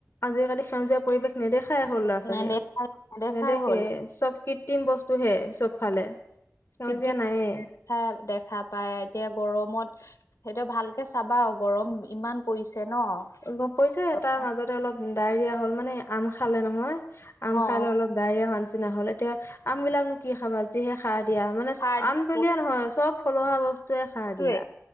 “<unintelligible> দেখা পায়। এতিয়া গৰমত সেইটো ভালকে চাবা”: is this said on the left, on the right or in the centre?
Left